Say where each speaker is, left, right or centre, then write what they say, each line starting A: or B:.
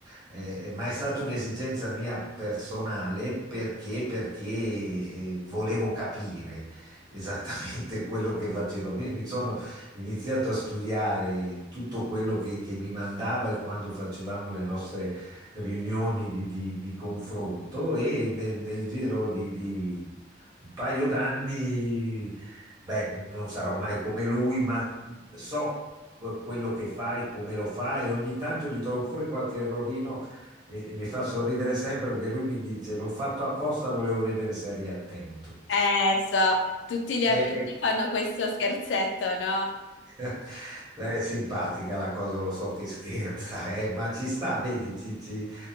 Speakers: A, on the right; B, on the left.
A: eh, eh, ma è stata un'esigenza mia personale perché, perché eh, volevo capire esattamente <laughs> quello che facevo, quindi mi sono iniziato a studiare tutto quello che, che mi mandava quando facevamo le nostre riunioni di, di- di confronto e ne- nel giro di, di un paio d'anni, beh, non sarò mai come lui, ma so que- quello che fai, come lo fai, ogni tanto gli trovo pure qualche errorino. E e mi fa sorridere sempre perché lui mi dice: L'ho fatto apposta, volevo vedere se eri attento.
B: Eh, so, tutti gli
A: E,
B: amici
A: e-
B: fanno questo scherzetto, no?
A: <laughs> È simpatica la cosa, lo so che scherza, eh, ma ci sta, vedi, ci- ci,